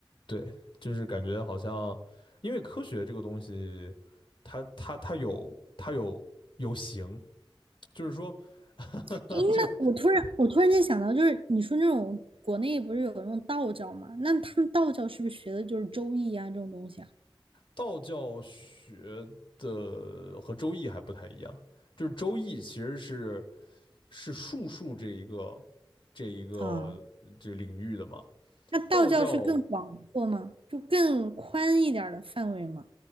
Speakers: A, on the left; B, on the right.
A: 对，就是感觉好像，因为科学这个东西，它它它有它有有形，就是说，<laughs>
B: 诶，那
A: 就
B: <laughs> 我突然我突然间想到，就是你说那种国内不是有那种道教嘛？那他们道教是不是学的就是周易啊这种东西啊？
A: 道教学的和周易还不太一样，就是周易其实是是术数这一个这一个这个领域的嘛，
B: 啊。那道教是更广阔吗？
A: 道教
B: 就更宽一点儿的范围吗？